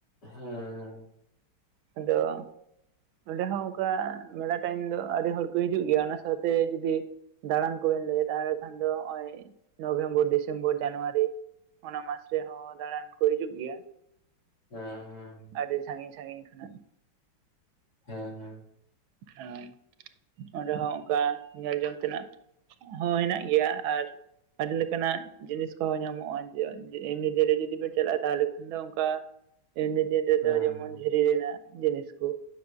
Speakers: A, on the left; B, on the right.
A: ᱦᱮᱸ ᱦᱮᱸ᱾
B: ᱟᱫᱚ ᱱᱚᱸᱰᱮ ᱦᱚᱸ ᱚᱝᱠᱟ ᱢᱮᱞᱟ ᱴᱟᱭᱤᱢ ᱫᱚ ᱟᱹᱰᱤ ᱦᱚᱲ ᱠᱚ ᱦᱤᱡᱩᱜ ᱜᱮᱭᱟ ᱚᱱᱟ ᱥᱟᱶᱛᱮ ᱡᱩᱫᱤ ᱫᱟᱬᱟᱱ ᱠᱚᱵᱮᱱ ᱞᱟᱹᱭ ᱫᱟ ᱠᱷᱟᱱ ᱫᱚ ᱦᱚᱸᱜ-ᱚᱭ ᱱᱚᱵᱷᱮᱢᱵᱚᱨ ᱰᱤᱥᱮᱢᱵᱚᱨ ᱡᱟᱱᱣᱟᱨᱤ, ᱚᱱᱟ ᱢᱟᱥ ᱨᱮᱦᱚᱸ ᱫᱟᱬᱟᱱ ᱠᱚ ᱦᱤᱡᱩᱜ ᱜᱮᱭᱟ᱾
A: ᱦᱮᱸ ᱦᱮᱸ᱾
B: ᱟᱰᱤ ᱥᱟᱸᱜᱤᱧ ᱥᱟᱸᱜᱤᱧ ᱠᱷᱚᱱᱟᱜ
A: ᱦᱮᱸ ᱦᱮᱸ ᱾
B: <unintelligible> ᱚᱸᱰᱮ ᱦᱚᱸ ᱚᱱᱠᱟ ᱧᱮᱞ ᱡᱚᱝ ᱛᱮᱱᱟᱜ ᱦᱚᱸ ᱦᱮᱱᱟᱜ ᱜᱮᱭᱟ, ᱟᱨ ᱟᱰᱤ ᱞᱮᱠᱟ ᱱᱟᱜ ᱡᱤᱱᱤᱥ ᱠᱚᱦᱚᱸ ᱧᱟᱢᱚᱜ-ᱟ ᱾ ᱡᱮᱚᱱ ᱡᱮ ᱮᱢᱱᱤ ᱫᱤᱱ ᱨᱮ ᱡᱩᱫᱤ ᱵᱮᱱ ᱪᱟᱞᱟᱜ-ᱟ ᱛᱟᱦᱚᱞᱮ ᱠᱷᱟᱱ ᱫᱚ ᱚᱱᱠᱟ ᱮᱢᱱᱤ ᱫᱤᱱ ᱨᱮᱫᱚ
A: ᱦᱮᱸ
B: ᱡᱮᱢᱚᱱ ᱫᱷᱤᱨᱤ ᱨᱮᱱᱟᱜ ᱡᱤᱱᱤᱥ ᱠᱩ,